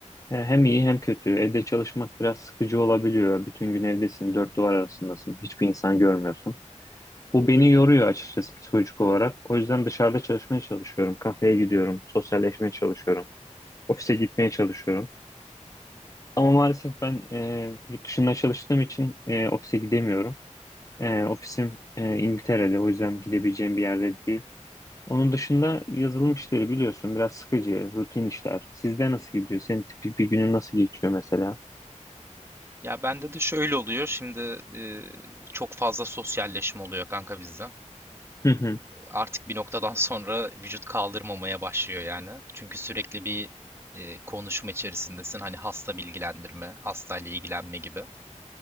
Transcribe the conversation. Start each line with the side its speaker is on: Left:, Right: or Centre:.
Left: Ee, Hem iyi hem kötü. Evde çalışmak biraz sıkıcı olabiliyor. Bütün gün evdesin, dört duvar arasındasın. Hiçbir insan görmüyorsun. Bu beni yoruyor açıkçası psikolojik olarak. O yüzden dışarıda çalışmaya çalışıyorum. Kafeye gidiyorum, sosyalleşmeye çalışıyorum. Ofise gitmeye çalışıyorum. Ama maalesef ben e, yurt dışında çalıştığım için e, ofise gidemiyorum. E, ofisim e, İngiltere'de, o yüzden gidebileceğim bir yerde değil. Onun dışında yazılım işleri biliyorsun biraz sıkıcı, rutin işler. Sizde nasıl gidiyor? Senin tipik bir günün nasıl geçiyor mesela?
Right: Ya bende de şöyle oluyor. Şimdi ee, çok fazla sosyalleşim oluyor kanka bizde.
Left: Hı hı,
Right: artık bir noktadan sonra vücut kaldırmamaya başlıyor yani. Çünkü sürekli bir e, konuşma içerisindesin. Hani hasta bilgilendirme, hastayla ilgilenme gibi.